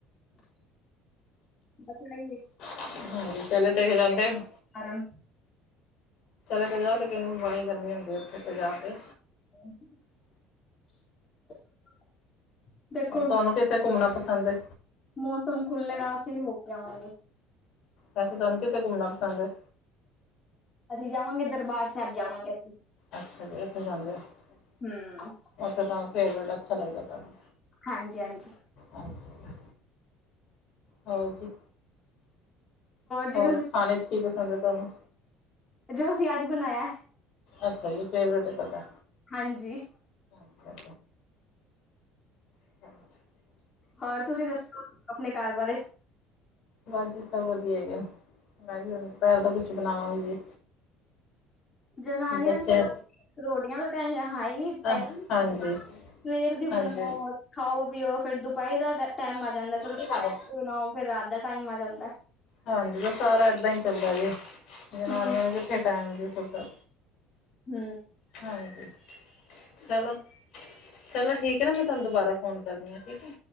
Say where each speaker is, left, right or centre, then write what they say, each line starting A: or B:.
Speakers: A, on the left; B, on the left.
A: <unintelligible>
B: <inaudible> ਹਾਂਜੀ ਚੱਲ ਤੁਸੀ ਜਾਂਦੇ ਹੋ।
A: ਅਰਨ
B: <inaudible> ਚਲੇ ਤਾਂ ਜਾ ਲੇਕਿਨ ਬੜੀ ਗਰਮੀ ਹੁੰਦੀ ਉੱਥੇ ਤੇ ਜਾ ਕੇ
A: ਹੂੰ <inaudible> <inaudible> ਦੇਖੋ
B: ਤੁਹਾਨੂੰ ਕਿਤੇ ਘੁੰਮਣਾ ਪਸੰਦ ਹੈ?
A: ਮੌਸਮ ਖੁੱਲੇਗਾ ਅਸੀਂ ਵੀ ਹੋ ਕੇ ਆਵਾਂਗੇ।
B: ਵੈਸੇ ਤੁਹਾਨੂੰ ਕਿਥੇ ਘੁੰਮਣਾ ਪਸੰਦ ਹੈ।
A: ਅਸੀਂ ਜਾਵਾਂਗੇ ਦਰਬਾਰ ਸਾਹਿਬ ਜਾਵਾਂਗੇ ਅਸੀਂ
B: ਅੱਛਾ ਜੀ ਉਥੇ ਜਾਂਦੇ ਉਥੇ
A: ਹਮ
B: ਤੁਹਾਨੂੰ ਫੇਵਰੇਟ ਅੱਛਾ ਲੱਗਦਾ ਤੁਹਾਨੂੰ
A: ਹਾਂਜੀ- ਹਾਂਜੀ
B: ਅੱਛਾ ਜੀ ਹੋਰ ਜੀ।
A: ਜੀ
B: ਹੋਰ
A: ਤੁਸੀਂ
B: ਖਾਣੇ 'ਚ ਕੀ ਪਸੰਦ ਹੈ ਤੁਹਾਨੂੰ
A: ਜੋੋਂ ਅਸੀਂ ਅੱਜ ਬਣਾਇਆ।
B: ਅੱਛਾ ਜੀ ਫੇਵਰੇਟ ਹੈ ਤੁਹਾਡਾ
A: ਹਾਂਜੀ
B: ਅੱਛਾ <inaudible>
A: ਹੋਰ ਤੁਸੀਂ ਦੱਸੋ ਆਪਣੇ ਘਰ ਬਾਰੇ
B: ਬਸ ਜੀ ਸਭ ਵਧੀਆ ਹੈਗੇ ਮੈਂ ਵੀ ਹੁਣ ਦੁਪਿਹਰ ਤਾ ਕੁਛ ਬਣਾਵਾਂਗੀ ਜੀ।
A: ਜਨਾਨੀਆਂ
B: ਬੱਚੇ
A: ਨੂੰ ਤੇ ਬਸ ਰੋਟੀਆਂ ਤੋਂ ਟੈਸ਼ਨ ਹੈ ਹੀ ਨੀ
B: ਹਾਂਜੀ
A: <unintelligible>
B: ਹਾਂਜੀ
A: ਸਵੇਰ ਦੀ
B: ਹਾਂਜੀ
A: ਬਣਾਓ ਖਾਓ ਪੀਓ ਫਰ ਦੁਪਹਿਰ ਦਾ ਟੈਮ ਆ ਜਾਂਦਾ
B: ਹੋਰ
A: ਚਲੋ,
B: ਕੀ ਖਾ
A: ਦੁਪਹਿਰੇ
B: ਲੋ
A: ਬਣਾਓ ਫਿਰ ਰਾਤ ਦਾ ਟਾਈਮ ਆ ਜਾਂਦਾ।
B: ਹਾਂਜੀ ਤਾਂ ਸਾਰਾ ਇੱਦਾਂ ਹੀ ਚੱਲਦਾ ਜੇ ਜਨਾਨੀਆਂ
A: ਹਮ
B: ਨੇ ਕਿੱਥੇ ਟਾਈਮ ਜੀ ਥੋੜ੍ਹਾ ਸ
A: ਹੂੰ
B: ਹਾਂਜੀ ਚਲੋ- ਚਲੋ ਠੀਕ ਹੈ ਨਾ ਮੈਂ ਤੁਹਾਨੂੰ ਦੁਬਾਰਾ ਫੋਨ ਕਰਦੀ ਆ ਠੀਕ ਹੈ।